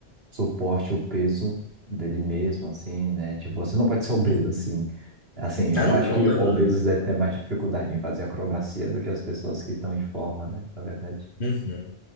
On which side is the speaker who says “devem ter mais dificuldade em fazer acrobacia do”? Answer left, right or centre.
Right